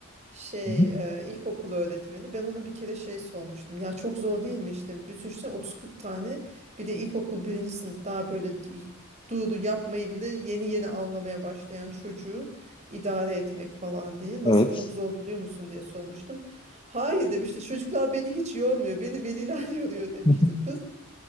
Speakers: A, on the right (about 30°); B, on the left (about 25°).
A: şey
B: Hı hı,
A: e, ilkokulu öğretmeni. Ben ona bir kere şey sormuştum. Ya çok zor değil mi işte? Bir düşünsene 30-40 tane bir de ilkokul birinci sınıf daha böyle d- doğru yapmayı bile yeni yeni anlamaya başlayan çocuğu idare etmek falan diye. Nasıl
B: evet.
A: çok zorlanıyor musun diye sormuştum. Hayır demişti. Çocuklar beni hiç yormuyor. Beni veliler <laughs> yoruyor demişti
B: <laughs>